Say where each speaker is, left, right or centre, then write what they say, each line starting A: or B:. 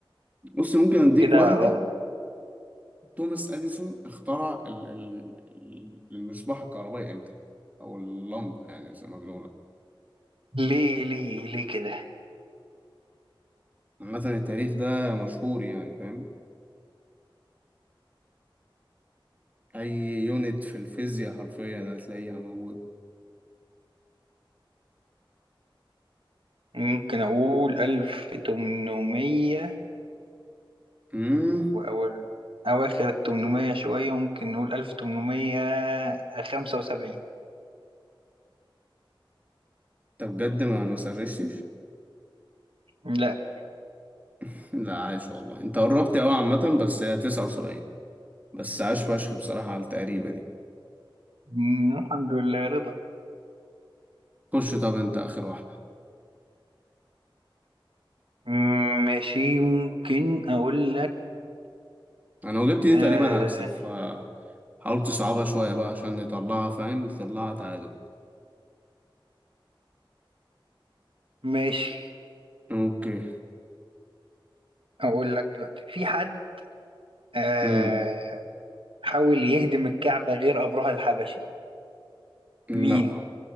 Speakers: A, on the right; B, on the right.
A: بص ممكن أديك
B: كده
A: واحدة
B: اه
A: توماس اديسون اخترع ال- ال- المصباح الكهربائي امتى او اللمبه يعني زي ما بنقولها
B: ليه ليه ليه كده
A: عامه التاريخ ده مشهور يعني فاهم اي يونت في الفيزياء حرفيا هتلاقيها موجوده
B: ممكن أقول ألف تمنمية
A: امم
B: وأول أواخر التمنمية شوية ممكن نقول ألف تمنمية خمسة وسبعين
A: انت بجد ما ما سرشتش
B: لا
A: <laughs> لا عايش والله انت قربت قوي عامه بس هي 79 بس عاش فشخ بصراحه على التقريبه دي
B: مم، الحمد لله رضا
A: خش طب انت اخر واحده
B: مم، ماشي ممكن أقول لك
A: انا لو جبت دي
B: آه
A: تقريبا هكسب ف حاولت تصعبها شويه بقى عشان نطلعها فاهم نطلعها تعادل
B: ماشي
A: اوكي
B: أقول لك دلوقتي في حد آه
A: امم
B: حاول يهدم الكعبة غير أبرهة الحبشي
A: لا
B: مين؟